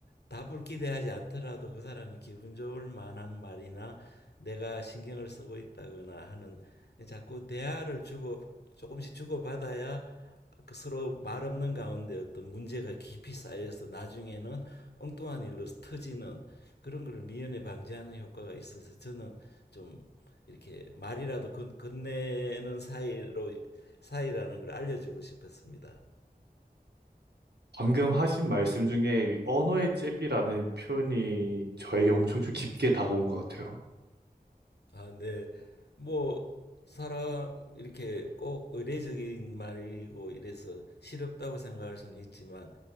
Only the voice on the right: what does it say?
방금 하신 말씀 중에 언어의 잽이라는 표현이 저에게 엄청 좀 깊게 다가온 것 같아요.